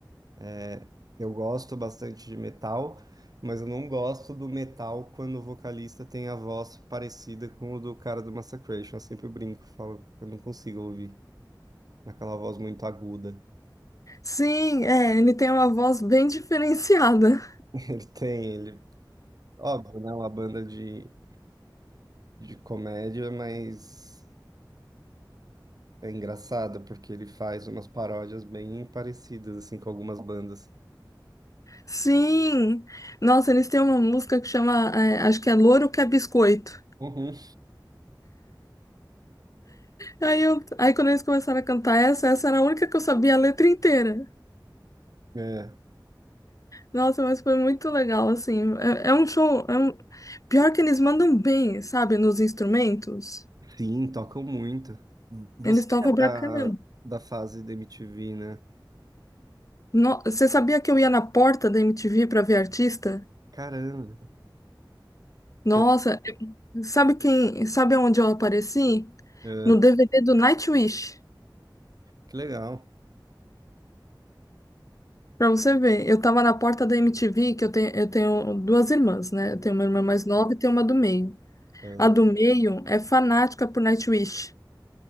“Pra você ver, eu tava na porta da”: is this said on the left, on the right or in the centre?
Left